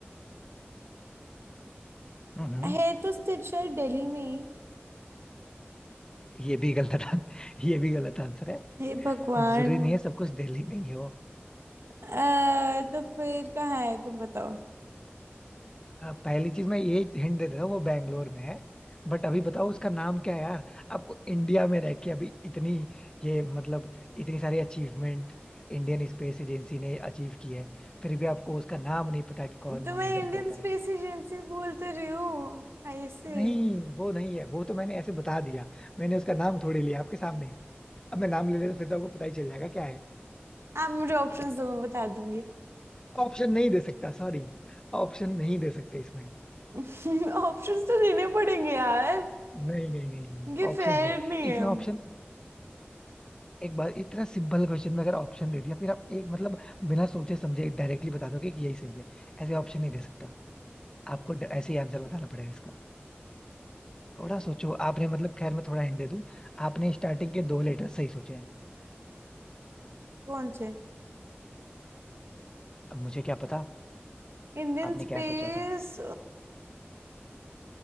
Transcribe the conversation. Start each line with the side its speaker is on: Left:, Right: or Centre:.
Left: हम्म हम्म।
Right: है तो स्थित शायद दिल्ली में ही
Left: ये भी गलत आन- <laughs> ये भी गलत आंसर है
Right: हे भगवान
Left: जरूरी नहीं है सब कुछ दिल्ली में ही हो
Right: आ, तो फिर कहाँ है तुम बताओ
Left: अ, पहली चीज मैं ये हिंट दे देता हूँ वो बैंगलोर में है बट अभी बताओ उसका नाम क्या है यार आपको इंडिया में रह के अभी इतनी ये मतलब इतनी सारी अचीवमेंट इंडियन स्पेस एजेंसी ने अचीव की है फिर भी आपको उसका नाम नहीं पता कि कौन
Right: तो
Left: मॉनिटर
Right: मैं इंडियन
Left: करता
Right: स्पेस
Left: है
Right: एजेंसी बोल तो रही हूँ आईएसए
Left: नहीं वो नहीं है वो तो मैंने ऐसे बता दिया मैंने उसका नाम थोड़ी लिया आपके सामने अब मैं नाम ले लेता फिर तो आपको पता ही चल जाएगा क्या है
Right: आप मुझे ऑप्शंस दो मैं बता दूंगी
Left: ऑप्शन नहीं दे सकता सॉरी ऑप्शन नहीं दे सकते इसमें
Right: <laughs> ऑप्शंस तो देने पड़ेंगे यार
Left: नहीं नहीं नहीं नहीं
Right: ये
Left: ऑप्शंस
Right: फेयर
Left: नहीं
Right: नहीं है
Left: इसमें ऑप्शन एक बार इतना सिंपल क्वेश्चन में अगर ऑप्शन दे दिया फिर आप एक मतलब बिना सोचे समझे डायरेक्टली बता दोगे कि यही सही है ऐसे ऑप्शन नहीं दे सकता आपको ड- ऐसे ही आंसर बताना पड़ेगा इसका थोड़ा सोचो आपने मतलब खैर मैं थोड़ा हिंट दे दूं आपने स्टार्टिंग के दो लेटर सही सोचे हैं
Right: कौन से
Left: अब मुझे क्या पता
Right: Indian
Left: आपने
Right: space
Left: क्या सोचा था